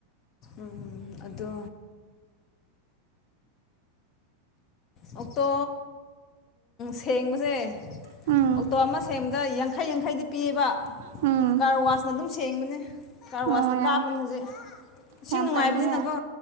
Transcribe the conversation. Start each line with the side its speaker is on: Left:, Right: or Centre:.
Left: ꯎ ꯑꯗꯣ ꯑꯣꯛꯇꯣ ꯁꯦꯡꯕꯁꯦ
Right: ꯎꯝ
Left: ꯑꯣꯇꯣ ꯑꯃ ꯁꯦꯡꯕꯗ ꯌꯥꯡꯈꯩ ꯌꯥꯡꯈꯩꯗꯤ ꯄꯤꯌꯦꯕ
Right: ꯎꯝ
Left: ꯀꯥꯔ ꯋꯥꯁꯅ ꯑꯗꯨꯝ ꯁꯦꯡꯕꯅꯦ ꯀꯥꯔ
Right: ꯑꯣ
Left: ꯋꯥꯆꯅ
Right: ꯌꯥꯝ
Left: ꯀꯥꯞꯄꯅꯤ ꯍꯧꯖꯤꯛ ꯏꯁꯤꯡ
Right: ꯌꯥꯝ
Left: ꯅꯨꯡꯉꯥꯏꯕꯁꯤꯅꯀꯣ
Right: ꯐꯩꯅꯦ